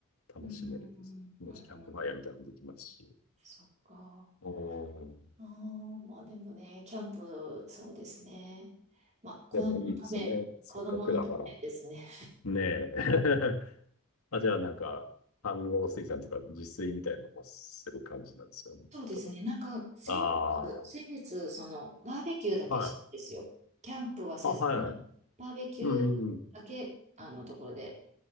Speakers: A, on the left; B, on the right.
A: 楽しめるです。
B: うん、うん、うんうんうん
A: もしキャンプファイヤーみたいなのもできますし。
B: そっか。
A: うん。
B: ああ、まあでもね、キャンプ、そうですね。まあ子供のため、
A: でもいいですね。せっかくだから。
B: 子供のためですね。
A: ねえ。<laughs> あ、じゃあなんか、飯合水産とか自炊みたいなのもする感じなんですよね、
B: そうですね、
A: きっと。
B: なんか先月、
A: あ
B: 先月、そのバーベキューだけしたんですよ。
A: あ、はい。
B: キャンプはせずに、
A: あ、はい。
B: バーベキュー
A: うん。うん
B: だけ、あのところで。